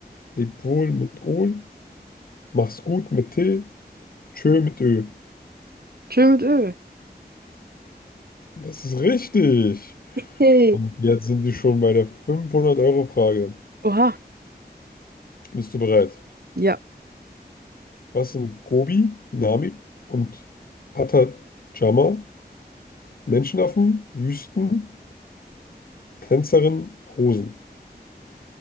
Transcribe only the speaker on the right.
Chill mit Öl.
Hey.
Oha.
Ja.